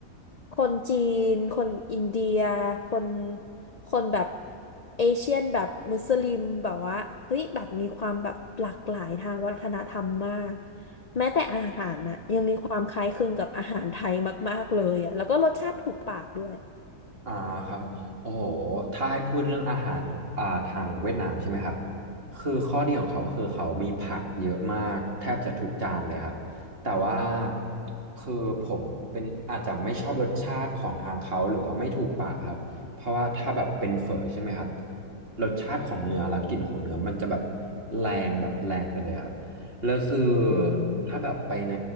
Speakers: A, on the left; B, on the right.
A: คนจีนคนอินเดียคนคนแบบเอเชียนแบบมุสลิมแบบว่าเฮ้ยแบบมีความแบบหลากหลายทางวัฒนธรรมมากแม้แต่อาหารน่ะยังมีความคล้ายคลึงกับอาหารไทยมากๆเลยอ่ะแล้วก็รสชาติถูกปากด้วย
B: อ่าครับผมโอ้โหถ้าให้พูดเรื่องอาหารอ่าทางเวียดนามใช่ไหมครับคือข้อดีของเขาคือเขามีผักเยอะมากแทบจะทุกจานเลยครับ แต่ว่าคือผมเป็นอาจจะไม่ชอบรสชาติของทางเขาหรือว่าไม่ถูกปากครับ เพราะว่าถ้าแบบเป็นเฝอใช่ไหมครับรสชาติของเนื้อแล้วกลิ่นของเนื้อมันจะแบบแรงแบบแรงไปเลยครับ แล้วคือ
A: อืม
B: ถ้าแบบไปใน